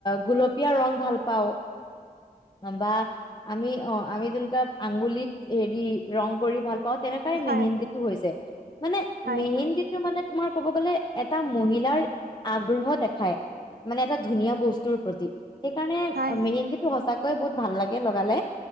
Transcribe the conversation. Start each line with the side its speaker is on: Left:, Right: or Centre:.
Left: গুলপীয়া ৰং ভাল পাওঁ। বা আমি অ আমি তেনেকা আঙুলিত হেৰি ৰং কৰি ভাল অ তেনেকাই
Right: হয়
Left: মেহেন্দীটো
Right: হয়
Left: হৈছে মানে
Right: হয়
Left: মেহেন্দীটো
Right: হয়
Left: মানে। তোমাৰ ক'ব গলে এটা মহিলাৰ আগ্ৰহ দেখায়। মানে এটা ধুনীয়া বস্তুৰ প্ৰতি সেইকাৰণে
Right: হয়
Left: মেহেন্দন্দীটো
Right: হয়
Left: সঁচাকে বহুত ভাল লাগে লগালে